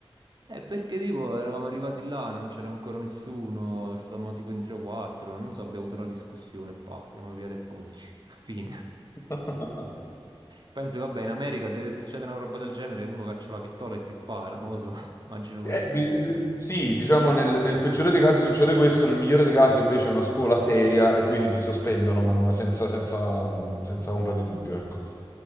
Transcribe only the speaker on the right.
Eh, perché tipo eravamo arrivati là, non c'era ancora nessuno, stavamo tipo in 3 o 4, non so, abbiamo avuto una discussione, pa, siamo via a pugni, <laughs> fine.
Penso, vabbè, in America se succede una roba del genere uno caccia la pistola e ti spara, non lo so, <laughs> immagino
così.